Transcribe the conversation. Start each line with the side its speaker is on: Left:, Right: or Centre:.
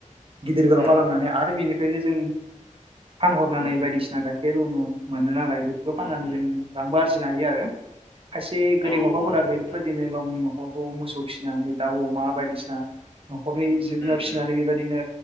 Right: गिदिर गोलाव
Left: उम
Right: खालामनानै आरो बेनिफ्रायनो जों फानहरनानै
Left: उम
Right: बायदिसिना गाय ए रुनु मोनो नालाय बेफोरखौ
Left: उम
Right: फाननानै
Left: उम
Right: जों रांबो आरजिनो हायो आरो खायसे गोरिब
Left: औ
Right: न'खरफोरा
Left: औ नंगौ
Right: बेफोरबायदिनो
Left: नोंथां
Right: गावनि न'खरखौ मोसौ फिसिनानै दाउ अमा बायदिसिना न'खरनि जिब
Left: उम
Right: जुनार फिसिनानै
Left: उम
Right: बेबायदिनो